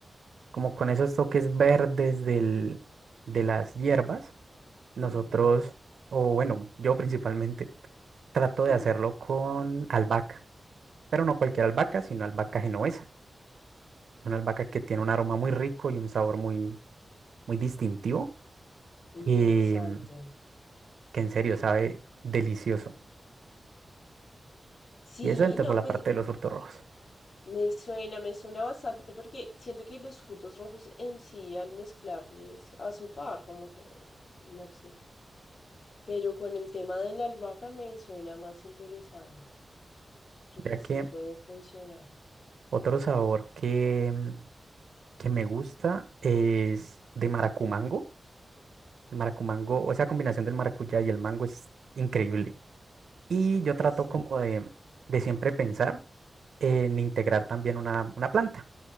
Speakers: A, on the right; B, on the left.
A: Como con esos toques verdes del, de las hierbas, nosotros,
B: ujú,
A: o bueno, yo principalmente, trato de
B: ujú.
A: hacerlo con albahaca, pero no cualquier albahaca,
B: Ah,
A: sino albahaca genovesa. Es una albahaca
B: mira,
A: que tiene un aroma muy rico y un sabor muy, muy distintivo
B: interesante.
A: que, mm, que en serio sabe delicioso.
B: Sí,
A: Y eso entra
B: no,
A: por la
B: pues
A: parte de los frutos rojos.
B: me suena, me suena bastante porque siento que los frutos rojos en sí al mezclarles azúcar, como que, no sé. Pero con el tema de la albahaca me suena más interesante. Creo que
A: Ya
B: sí
A: que
B: puede funcionar.
A: otro sabor que, mm, que me gusta es de maracumango. El maracumango,
B: Ujú.
A: o esa combinación del maracuyá y el mango es increíble. Y yo trato
B: Sí.
A: como de, de siempre pensar en integrar también una, una planta,